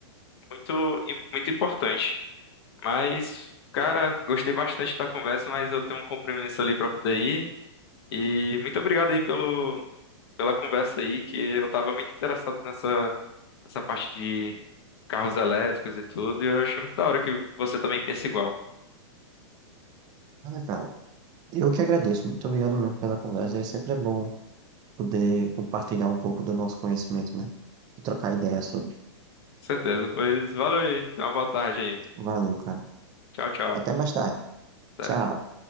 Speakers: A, on the left; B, on the right.
A: muito im- muito importante. Mas, cara, gostei bastante da conversa, mas eu tenho um compromisso ali para poder ir. E muito obrigado aí pelo, pela conversa aí, que eu estava muito interessado nessa, nessa parte de carros elétricos e tudo, e eu achei muito da hora que você também pensa igual. Com
B: Nada, cara. Eu que agradeço. Muito obrigado mesmo pela conversa. É sempre bom poder compartilhar um pouco do nosso conhecimento, né? E trocar ideias sobre.
A: certeza. Pois valeu aí, tenha uma boa tarde aí.
B: Valeu, cara.
A: Tchau, tchau.
B: Até mais tarde.
A: Até.
B: Tchau.